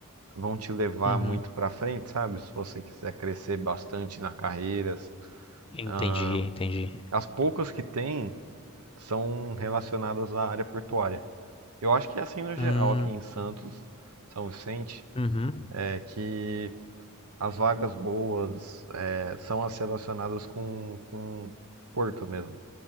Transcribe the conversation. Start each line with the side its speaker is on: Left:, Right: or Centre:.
Right: vão te levar
Left: Uhum.
Right: muito para frente, sabe? Se você quiser crescer bastante na carreira.
Left: Entendi,
Right: Ah,
Left: entendi.
Right: as poucas que tem são relacionadas à área portuária. Eu acho que é assim no geral
Left: Hum.
Right: aqui em Santos, São Vicente,
Left: Uhum.
Right: é que as vagas boas é, são as relacionadas com, com Porto mesmo.